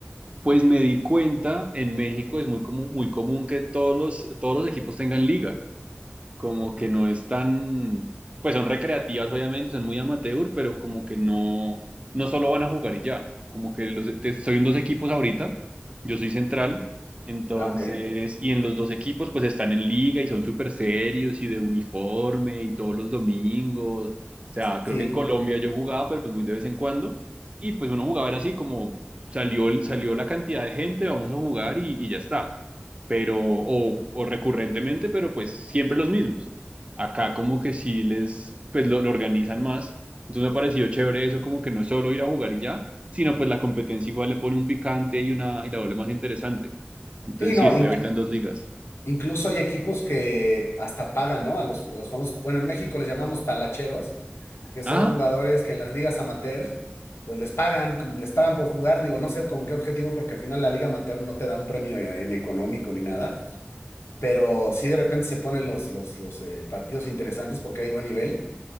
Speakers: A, on the right; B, on the left.
A: Pues me di cuenta, en México es muy común, muy común que todos los, todos los equipos tengan liga. como que no es tan, pues son recreativas obviamente, son muy amateur, pero como que no, no solo van a jugar y ya, como que los, te- estoy en dos equipos ahorita, yo soy central, entonces,
B: Ah, ok.
A: y en los dos equipos pues están en liga y son súper serios y de uniforme y todos los domingos, o sea,
B: Sí,
A: creo que en Colombia yo jugaba, pero pues muy de vez en cuando, y pues uno jugaba era así como salió, el- salió la cantidad de gente, vamos a jugar y, y ya está pero, o, o recurrentemente, pero pues siempre los mismos. Acá como que sí les, pues lo, lo organizan más. Entonces me ha parecido chévere eso, como que no es solo ir a jugar y ya, sino pues la competencia igual le pone un picante y una, y la vuelve más interesante. Entonces
B: sí, no,
A: sí, estoy
B: inc-
A: ahorita Claro. en dos ligas.
B: incluso hay equipos que hasta pagan, ¿no? A los, a los famosos, bueno, en México les llamamos talacheros, que son
A: Ah,
B: jugadores que en las ligas amateur, pues les pagan, como les pagan por jugar, digo, no sé con qué objetivo, porque al final la liga amateur no te da un premio en económico ni nada, pero sí de repente se ponen los, los, los eh, partidos interesantes porque hay buen nivel.